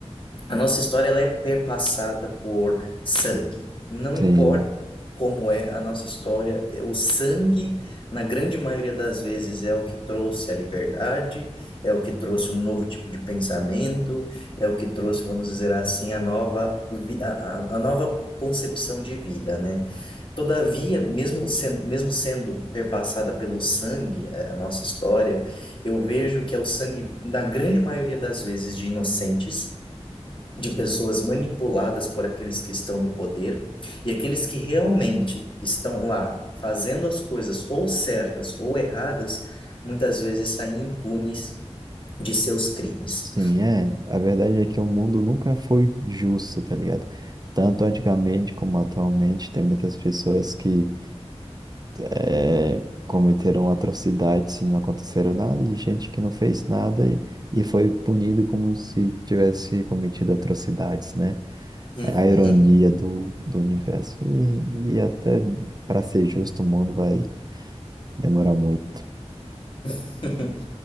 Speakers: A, on the left (about 50°); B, on the right (about 35°).
A: A nossa história ela é perpassada por sangue. Não
B: Sim,
A: importa como é a nossa história, é o sangue, na grande maioria das vezes, é o que trouxe a liberdade, é o que trouxe um novo tipo de pensamento, é o que trouxe, vamos dizer assim, a nova, vi- a, a- a nova concepção de vida, né? Todavia, mesmo sendo, mesmo sendo perpassada pelo sangue, a a nossa história, eu vejo que é o sangue, na grande maioria das vezes, de inocentes de pessoas manipuladas por aqueles que estão no poder e aqueles que realmente estão lá fazendo as coisas ou certas ou erradas, muitas vezes saem impunes de seus crimes.
B: sim, é. A verdade é que o mundo nunca foi justo, tá ligado? Tanto antigamente como atualmente, tem muitas pessoas que é, cometeram atrocidades se não aconteceram nada, de gente que não fez nada e, e foi punido como se tivesse cometido atrocidades, né?
A: Uhum.
B: É a ironia do, do universo. E, e até para ser justo, o mundo vai demorar muito.
A: <laughs>